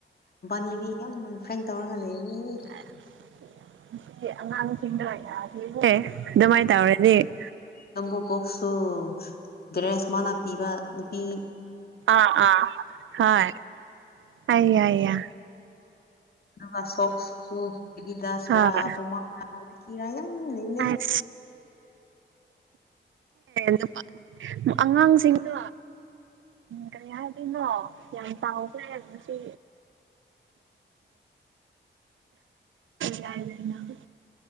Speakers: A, on the left (about 50°); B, on the right (about 80°).
A: ꯅꯤꯗꯤ ꯀ ꯐꯦꯡ ꯇꯧꯔꯒ ꯂꯩꯔꯤꯅꯤ <inaudible>
B: ꯑꯉꯥꯡ ꯑꯗꯨꯃꯥꯏ ꯇꯧꯔꯗꯤ
A: ꯅꯕꯣꯛꯁꯨ ꯗ꯭ꯔꯦꯁ ꯃꯥꯅ ꯄꯤꯕ ꯅꯨꯄꯤ
B: ꯑꯥ ꯑꯥ ꯍꯣꯏ ꯑꯋꯥ ꯑꯋꯥ
A: ꯑꯗꯨꯒ ꯁꯣꯛꯁꯨ ꯑꯦꯗꯤꯗꯥꯁꯔ
B: ꯍꯣꯏ
A: ꯄꯨꯃꯥ ꯀꯤꯔ ꯌꯥꯝ ꯂꯩꯕꯅꯦ
B: ꯍ ꯅꯨꯄꯥ <inaudible> ꯑꯉꯥꯡꯁꯤꯡꯗꯣ ꯀꯔꯤ ꯍꯥꯏꯗꯣꯏꯅꯣ ꯌꯥꯝ ꯆꯥꯎꯈ꯭ꯔꯦꯁꯤ ꯌꯥ ꯍꯥꯏꯗꯅ <inaudible>